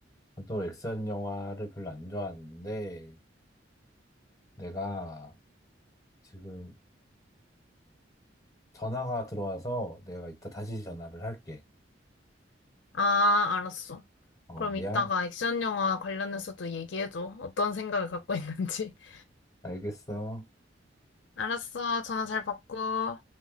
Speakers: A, on the left (about 20°); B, on the left (about 65°).
A: 또 액션 영화를 별로 안 좋아하는데 내가 지금 전화가 들어와서 내가 이따 다시 전화를 할게.
B: 아, 알았어.
A: 어,
B: 그럼
A: 미안.
B: 이따가 액션 영화 관련해서도 얘기해줘. 어떤 생각을 갖고 있는지. <laughs>
A: 알겠어.
B: 알았어. 전화 잘 받고.